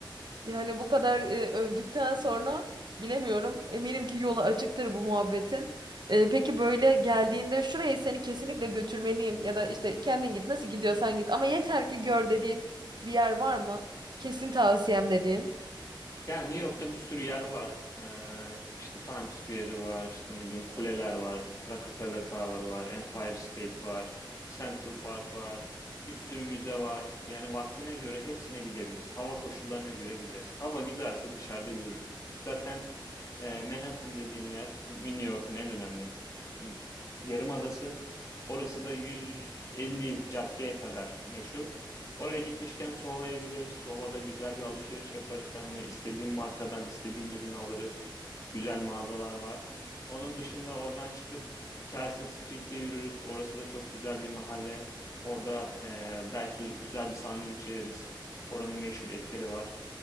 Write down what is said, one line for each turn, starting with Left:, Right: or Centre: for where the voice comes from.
Right: Yani bu kadar e, övdükten sonra bilemiyorum. Eminim ki yolu açıktır bu muhabbetin. E, peki böyle geldiğinde şuraya seni kesinlikle götürmeliyim ya da işte kendin git nasıl gidiyorsan git ama yeter ki gör dediğin bir yer var mı? Kesin tavsiyem dediğin.
Left: Yani New York'ta bir sürü yer var. Ee, işte Times Square'ı var, işte ne bileyim kuleler var, Rockefeller Tower var, Empire State var, Central Park var, bir sürü müze var. Yani vaktine göre hepsine gidebiliriz. Hava koşullarına göre gideriz. Hava güzelse dışarıda yürürüz. Zaten ee, Manhattan dediğin yer New York'un en önemli yarımadası. Orası da 150 caddeye kadar meşhur. Oraya gitmişken Soho'ya gideriz. Soho'da güzel bir alışveriş yaparız seninle. İstediğin markadan istediğin ürün alırız. Güzel mağazalar var. Onun dışında oradan çıkıp Chelsea Street'te yürürüz. Orası da çok güzel bir mahalle. Orada e, belki güzel bir sandviç yeriz. Oranın meşhur etleri var.